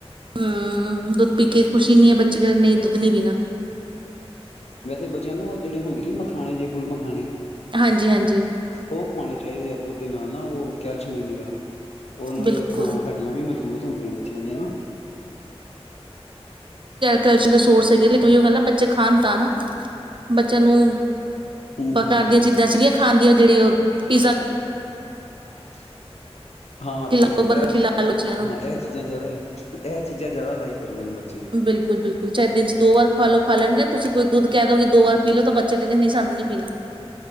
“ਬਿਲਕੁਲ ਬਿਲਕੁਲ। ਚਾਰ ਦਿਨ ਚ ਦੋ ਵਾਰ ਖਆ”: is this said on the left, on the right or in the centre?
Right